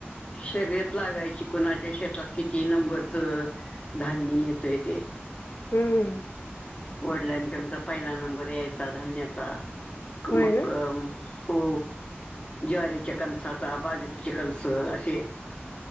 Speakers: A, on the left (about 25°); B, on the left (about 75°).
A: शर्यत लागायची कणाच्या शेतात किती नंबरच धान्य येतय ते
B: हम् हम.
A: वडल्यांच्या आमचा पहिला नंबर यायचा धान्याचा
B: होय
A: मक्क
B: ना
A: हो ज्वारीच्या कणसाचा बाजरीचे कणस असे.